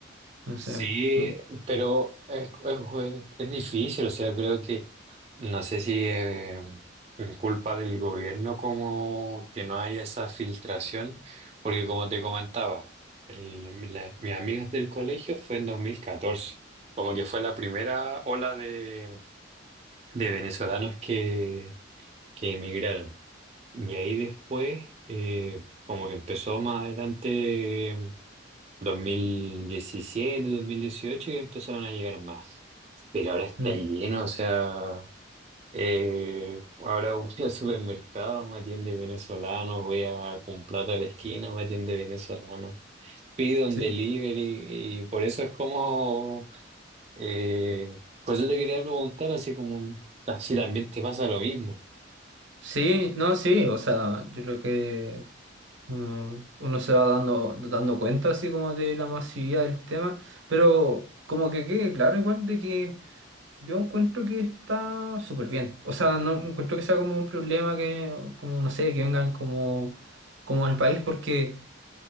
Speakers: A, on the right (about 70°); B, on the right (about 30°).
A: entonces,
B: Sí,
A: mm,
B: pero es, es, jue- es difícil, o sea, creo que no sé si eh, es culpa del gobierno como que no haya esa filtración, porque como te comentaba, el- la- mis amigas del colegio fue en 2014, como que fue la primera ola de, de venezolanos que, que emigraron. Y ahí después, eh, como que empezó más adelante dos dos mil diecisiete dos mil dieciocho que empezaron a llegar más. Pero ahora está
A: mm,
B: lleno, o sea, eh, ahora voy <laughs> al supermercado, me atiende venezolano, voy a comprar a la esquina, me atiende venezolano. Pido un
A: sí.
B: delivery y por eso es como, eh, por eso te quería preguntar así como, ah, si también te pasa lo mismo.
A: Sí, no, sí, o sea, yo creo que Uno, uno se va dando, dando cuenta así como de la masividad del tema, pero como que quede claro igual de que yo encuentro que está súper bien. O sea, no encuentro que sea como un problema que, como no sé, que vengan como, como al país, porque,